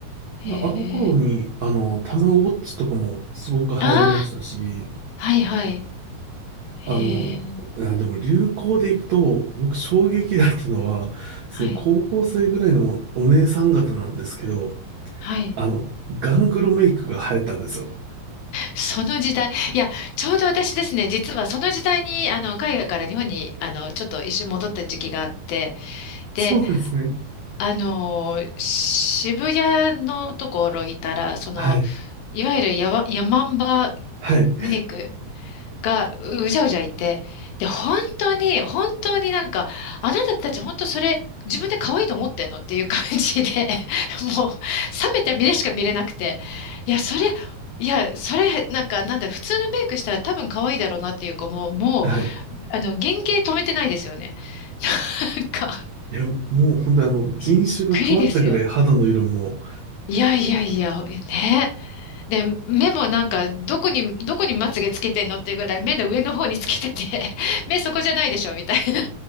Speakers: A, on the left; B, on the right.
A: へえ。
B: ただあの頃に、あの、たまごっちとかもすごく流行りましたし、
A: ああ、はいはい。へえ。
B: あの、あ、でも流行でいくと、僕衝撃だったのは、その高校生ぐらいのお姉さん方なんですけど、
A: はい。はい。
B: あの、ガングロメイクが流行ったんですよ。
A: その時代、いや、ちょうど私ですね、実はその時代に、あの、海外から日本に、あの、ちょっと一瞬戻った時期があって、
B: そうなんですね。
A: で、あの、渋谷のところいたら、その、
B: はい。
A: いわゆるやわ、ヤマンバ
B: はい。
A: メイクがうじゃうじゃいて、で、本当に、本当になんか、あなたたち本当それ、自分で可愛いと思ってんのっていう感じで、<laughs> もう、冷めた目でしか見れなくて、いや、それ、いや、それ、なんか、なんだろう、普通のメイクしたら多分可愛いだろうなっていう子も、もう、
B: はい。
A: あの、原型止めてないですよね。<laughs> なんか、
B: いや、もう本当にあの、人種が変わったぐらい肌の色も
A: びっくりですよ。いやいやいや、ね。で、目もなんか、どこに、どこにまつげつけてんのっていうぐらい、目の上の方につけてて、<laughs> 目そこじゃないでしょ、みたいな。